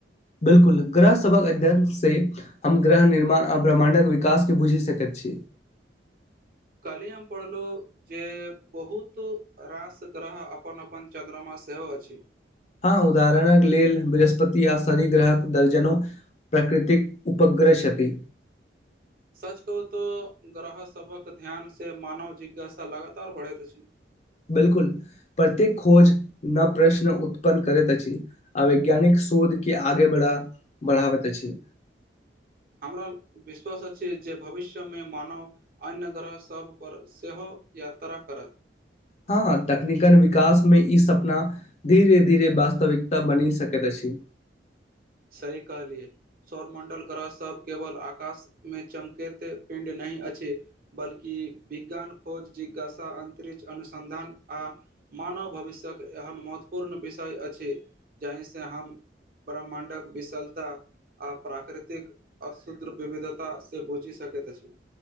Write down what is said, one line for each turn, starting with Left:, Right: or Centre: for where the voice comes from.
Left: बिलकुल ग्रह सभा अध्य्ष से हम ग्रह निर्माण आ ब्रह्माण्डक विकासके बुझि सकैत छी
Right: कलियाम पड़ल जे बहुत रास ग्रह अपन अपन चन्द्रमा सेहो अछि
Left: हँ उदाहरणक लेल बृहस्पति आ शनि ग्रहक दर्जनो प्रकृतिक उपग्रसति
Right: सच कहु तो ग्रहसभक ध्यानसँ मानव जिज्ञासा लगातार बढ़ैत अछि
Left: बिलकुल प्रत्येक खोज न प्रश्न उत्पन्न करैत छी आ वैज्ञानिक शोधके आगे बढ़ा बढ़ाबैत अछि
Right: हमरा विश्वास अछि जे भविष्य मे मानव अन्य ग्रहसभपर सेहो यात्रा करत
Left: हँ हँ तकनीकन विकासमे ई सपना धीरे धीरे वास्तविकता बनी सकैत अछी
Right: सही कहली सौरमण्डल ग्रहसभ केवल आकाशमे चमकैत पिण्ड नहि अछि बल्कि विज्ञान खोज जिज्ञासा अन्तरिक्ष अनुसन्धान आ मानव भविष्यक्यक एहन महत्वपूर्ण विषय अछि जाहिसँ हम ब्रह्माण्ड डक विशलता आ प्राकृतिक अशुद्ध् विविधताा से बुचि सकैत अछि